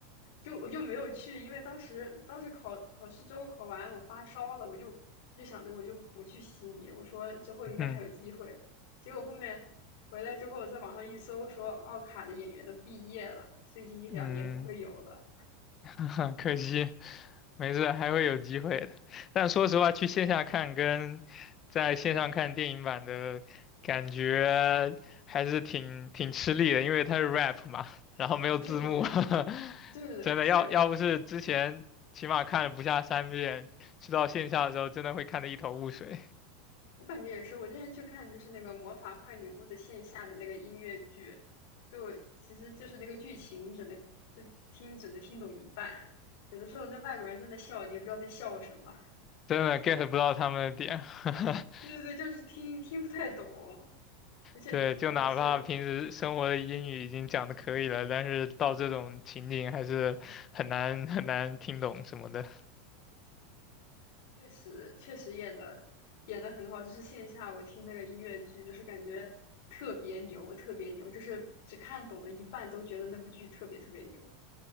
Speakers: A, on the left; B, on the left.
A: 就我就没有去，因为当时当时考考试周考完，我发烧了，我就我就想着我就不去悉尼，我说之后应该还有机会。
B: 嗯
A: 结果后面回来之后，我在网上一搜，说奥卡的演员都毕业了，最近一两年不会有了。
B: 嗯。<laughs> 可惜，没事，还会有机会的。但说实话，去线下看跟在线上看电影版的感觉还是挺挺吃力的，因为它是 rap 嘛，然后没有字幕，
A: 啊，对对对。
B: <laughs>
A: 对对对，
B: 真的要要不是之前起码看了不下三遍，
A: 是
B: 去到线下的时候真的会看得一头雾水，
A: 我感觉也是，我之前去看就是那个《魔法坏女巫》的线下的那个音乐剧，就其实就是那个剧情，你只能就听，只能听懂一半。有的时候那外国人在那笑，你也不知道在笑什么。
B: 真的 get 不到他们的点。<laughs>
A: <laughs> 对对对，就是听听不太懂，而且主要是，
B: 对，就哪怕平时生活的英语已经讲的可以了，但是到这种情景还是很难很难听懂什么的。
A: 但是确实确实演的演的很好，就是线下我听那个音乐剧，就是感觉特别牛，特别牛，就是只看懂了一半都觉得那部剧特别特别牛。